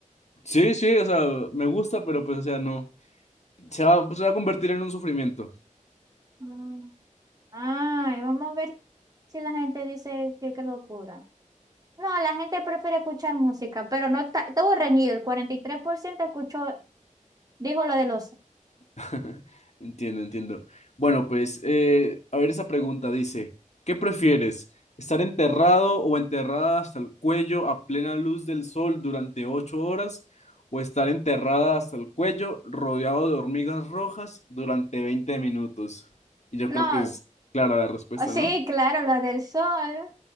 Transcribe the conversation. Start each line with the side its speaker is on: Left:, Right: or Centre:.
Left: Sí, sí, o sea, me gusta, pero pues, o sea, no. Se va, se va a convertir en un sufrimiento.
Right: Mm. Ay, vamos a ver si la gente dice que qué locura. No, la gente prefiere escuchar música, pero no ta- estuvo reñido. El 43% escuchó, dijo lo del oso.
Left: <laughs> Entiendo, entiendo. Bueno, pues, eh, a ver, esa pregunta dice, ¿qué prefieres? ¿Estar enterrado o enterrada hasta el cuello a plena luz del sol durante ocho horas? ¿O estar enterrada hasta el cuello rodeado de hormigas rojas durante 20 minutos? Y yo
Right: No,
Left: creo que es clara la respuesta,
Right: oh, sí,
Left: ¿no?
Right: claro, lo del sol.